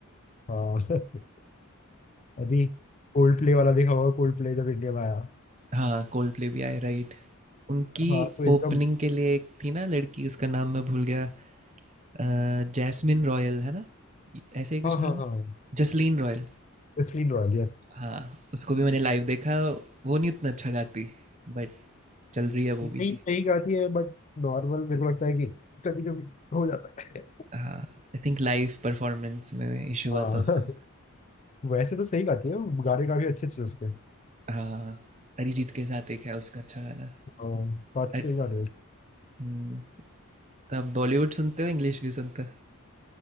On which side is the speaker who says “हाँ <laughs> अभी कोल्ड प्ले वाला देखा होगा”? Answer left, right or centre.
Left